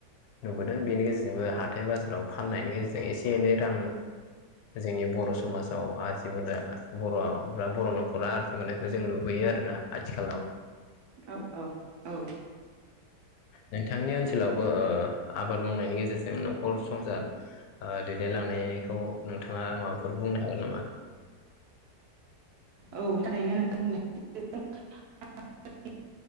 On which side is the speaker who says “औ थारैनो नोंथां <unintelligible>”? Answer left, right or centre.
Right